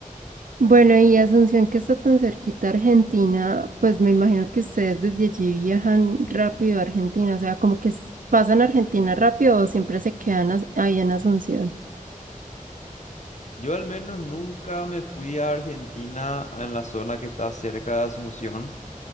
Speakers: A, on the right; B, on the left.
A: Bueno, y Asunción que está tan cerquita a Argentina, pues me imagino que ustedes desde allí viajan rápido a Argentina, o sea, como que s- pasan a Argentina rápido o siempre se quedan as- ahí en Asunción.
B: Yo al menos nunca me fui a Argentina en la zona que está cerca de Asunción